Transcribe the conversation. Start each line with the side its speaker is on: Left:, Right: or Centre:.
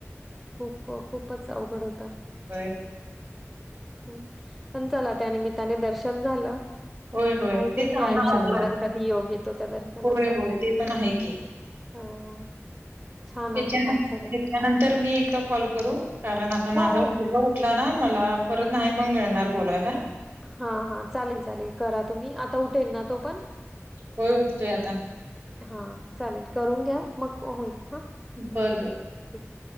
Centre: खूप खूपच अवघड होता.
Right: काय
Centre: हम् पण चला त्या निमित्ताने दर्शन झालं.
Right: होय होय.
Centre: माहिती
Right: ते चांगलं
Centre: नाही आयुष्यात
Right: झालं
Centre: परत
Right: ना
Centre: कधी योग येतो त्या दर्शनाचा
Right: होय होय ते पण आहे
Centre: हो. छान आहे
Right: च्यानंतर
Centre: पण सगळं.
Right: मी एकदा कॉल करू कारण आता
Centre: हो.
Right: माझा मुलगा उठला ना मला परत नाही मग मिळणार बोलायला
Centre: हा हा चालेल चालेल करा तुम्ही आता उठेल ना तो पण
Right: होय उठतोय आता
Centre: हा चालेल करून घ्या मग होईल हा ठीक
Right: बरं बर
Centre: आहे